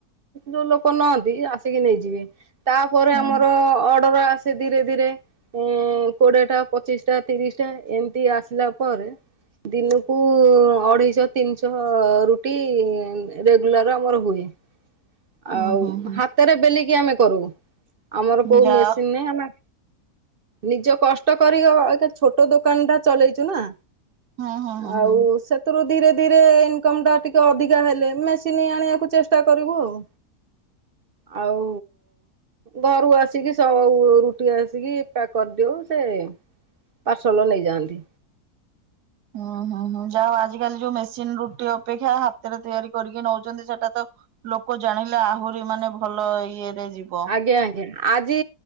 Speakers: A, on the right (about 55°); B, on the right (about 80°).
A: ଯୋଉ ଲୋକ ନଅନ୍ତି ଆସିକି ନେଇଯିବେ, ତାପରେ
B: ହୁଁ
A: ଆମର ଅର୍ଡର ଆ ସେ ଧୀରେ ଧୀରେ ଉମ କୋଡିଏଟା, ପଚିଶିଟା, ତିରିଶି ଟା ଏମିତି ଆସିଲା ପରେ ଦିନୁକୁ ଅଢେଇଶହ ତିନିଶହ ଅ ରୁଟି ଉମ ରେଗୁଲାର ଆମର ହୁଏ।
B: ହୁଁ
A: ଆଉ
B: ହୁଁ ହୁଁ
A: ହାତରେ ବେଲିକି ଆମେ କରୁ, ଆମର
B: ହୁଁ
A: କୋଉ
B: ଯାଅ
A: ମେସିନ ନାଇଁ ଆ ନିଜ କଷ୍ଟ କରିକି, ଅବିକା ଛୋଟ ଦୋକାନ ଟା ଚଲେଇଛୁ ନା?
B: ହୁଁ ହୁଁ ହୁଁ
A: ଆଉ
B: ହୁଁ
A: ସେ ଥିରୁ ଧୀରେ ଧୀରେ ଇନକମ୍ ଟା ଟିକେ ଅଧିକା ହେଲେ ମେସିନ୍ ଆଣିବାକୁ ଚେଷ୍ଟା କରିବୁ ଆଉ। ଆଉ ଘରୁ ଆସିକି, ସବୁ ରୁଟି ଆସିକି, ପ୍ୟାକ୍ କରିଦିଉ ସେ ପାର୍ସଲ ନେଇଯାଆନ୍ତି।
B: ହୁଁ ହୁଁ ହୁଁ, ଯାହା ହଉ ଆଜିକାଲି ଯୋଉ ମେସିନ ରୁଟି ଅପେକ୍ଷା ହାତରେ ତିଆରି କରିକି ନଉଛନ୍ତି ସେଟା ତ ଲୋକ ଜାଣିଲେ ଆହୁରି ମାନେ ଭଲ ଇଏରେ ଯିବ।
A: ଆଜ୍ଞା ଆଜ୍ଞା, ଆଜି